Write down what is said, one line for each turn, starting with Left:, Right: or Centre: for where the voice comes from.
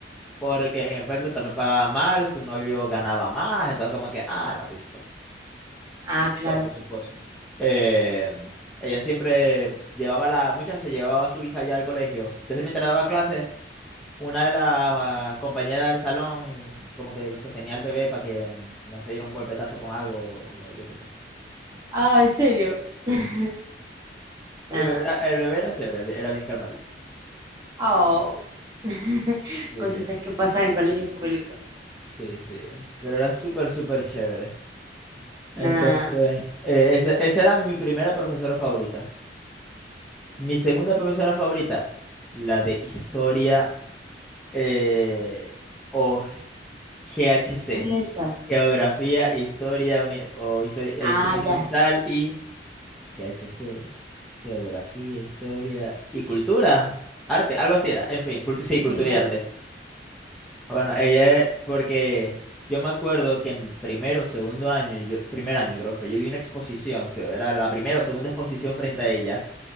Centre: Porque en efecto también pagaba mal, su novio ganaba más, entonces como que, ah, no, pues se fue.
Right: Ah,
Centre: Esposo,
Right: claro.
Centre: su esposo. Eh, ella siempre llevaba la, muchas veces llevaba a su hija ya al colegio. Entonces mientras daba clases, una de las ah, compañeras del salón como que sostenía al bebé para que no se diera un golpetazo con algo, o yo qué sé.
Right: Ah, ¿en serio?
Centre: Sí.
Right: <laughs> nah
Centre: Y el bebé era, el bebé era chévere, era bien calmadito.
Right: Oh, <laughs>
Centre: Sí,
Right: Cositas
Centre: sí,
Right: que pasan en colegio público.
Centre: sí, sí. Pero era súper, súper chévere. Entonces,
Right: Nada.
Centre: eh, ese- esa era mi primera profesora favorita. Mi segunda profesora favorita, la de historia eh, o GHC,
Right: Universal.
Centre: Geografía, Historia, Uni- o historia,
Right: Ah,
Centre: historia Universal
Right: ya.
Centre: y GHC, Geografía, Historia y Cultura, Arte, algo así era, en fin, cultu- sí,
Right: Sí,
Centre: Cultura
Right: algo
Centre: y Arte.
Right: así.
Centre: Bueno, ella, es- porque yo me acuerdo que en primero o segundo año, yo, primer año creo que fue, yo di una exposición, que era la primera o segunda exposición frente a ella.